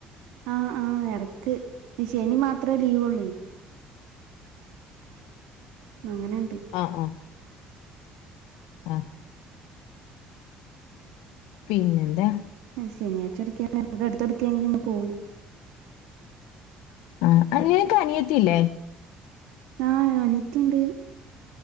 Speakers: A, on the right; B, on the left.
A: ആഹ് ആഹ് എടക്ക് ഈ ശനി മാത്രേ ലീവ്ള്ളേ അങ്ങനെണ്ട്
B: ആഹ് ആഹ് ആഹ് പിന്നെന്താ
A: ശനിയാഴ്ച എടക്ക ഇവിടെ അടുത്ത്ടുക്കാെങ്കിൽ ഇങ് പോകും
B: ആ അന്ക്ക് അനിയത്തില്ലേ
A: ആ അനത്യുണ്ട്